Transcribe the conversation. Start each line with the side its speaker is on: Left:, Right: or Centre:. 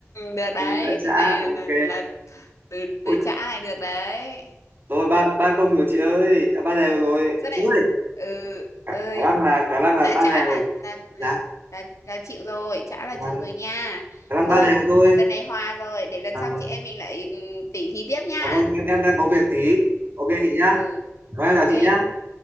Left: được đấy
Right: Mình lã chã
Left: từ này
Right: ok
Left: là, là, là từ
Right: Ui,
Left: từ chã này được đấy
Right: rồi ba ba không rồi chị ơi à, ba đều rồi
Left: rất
Right: chị
Left: đấy
Right: ơi
Left: ừ
Right: khả,
Left: ừ
Right: khả năng là khả năng là
Left: đã
Right: ba
Left: chả
Right: đều
Left: là là là
Right: dạ
Left: là là chịu rồi chả là
Right: dạ
Left: chịu
Right: vâng
Left: rồi nha
Right: khả năng
Left: thôi
Right: ba đều thôi
Left: lần này hòa rồi để lần
Right: à,
Left: sau
Right: vâng
Left: chị em mình lại ừ, tỉ thí tiếp nha
Right: dạ vâng em em đang có việc tí ok chị nhá
Left: ừ
Right: rồi em
Left: ok
Right: chào chị nhá